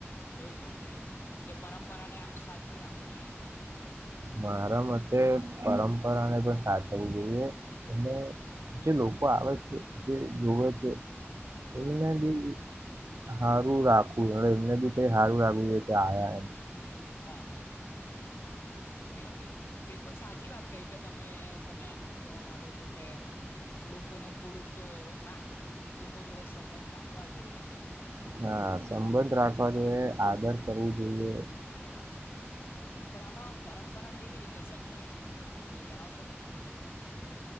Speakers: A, on the left; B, on the right.
A: એવું થવું જોઈએ કે પરંપરાને આમ સાચવી રાખવું જોઈએ.
B: મારા મતે પરંપરાને પણ સાચવવું જોઈએ અને જે લોકો આવે છે જે જોવે છે.
A: હા.
B: એમના દી હારું રાખું અને એમને બી હારું રાખું એ કે આયા એમ.
A: હા. બિલકુલ બિલકુલ સાચી વાત કઈ કે તમે તમે એમ જ કેવા માંગો છો કે લોકોને થોડુંક તો રાખ લોકો જોડે સંબંધ રાખવા જોઈએ.
B: હા સંબંધ રાખવા જોઈએ આદર કરવું જોઈએ.
A: પણ આમાં પરંપરા કેવી રીતે સચવાય થોડું જણાવશો મને?